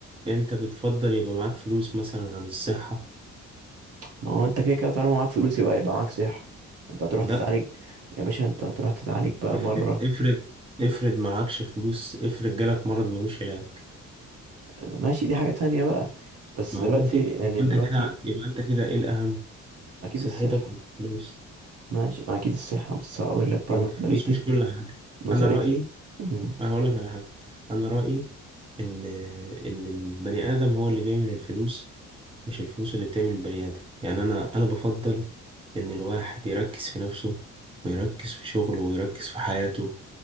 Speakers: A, on the right (about 20°); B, on the right (about 55°).
A: يعني انت بتفضل يبقى معاك فلوس مثلا عن الصحة
B: ما هو انت كده كده طالما معاك فلوس يبقى يبقى معاك صحه انت هتروح
A: لا
B: تتعالج يا باشا انت هتروح تتعالج بقى
A: افرض
B: بره
A: افرض افرض معكش فلوس افرض جالك مرض ملوش علاج
B: ماشي دي حاجه تانية بقى بس
A: ما
B: دلوقتي
A: هو دي
B: يعني
A: يبقى
B: دلوقتي
A: انت كده يبقى انت كده ايه الاهم
B: اكيد
A: صحتك
B: الصحه
A: ولا الفلوس
B: ماشي ما اكيد الصحه بس هقول لك
A: يبقى
B: بقى نظريتي
A: الفلوس مش كل حاجه
B: نظريتي
A: انا رايي
B: مم.
A: هقول لك على حاجه انا رايي ان ان البني ادم هو اللي بيعمل الفلوس مش الفلوس اللي بتعمل البني ادم يعني انا انا بفضل ان الواحد يركز في نفسه ويركز في شغله ويركز في حياته